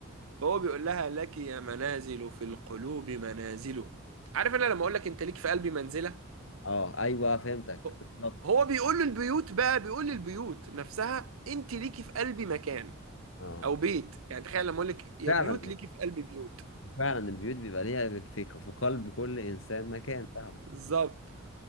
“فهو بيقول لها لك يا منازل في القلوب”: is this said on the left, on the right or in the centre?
Right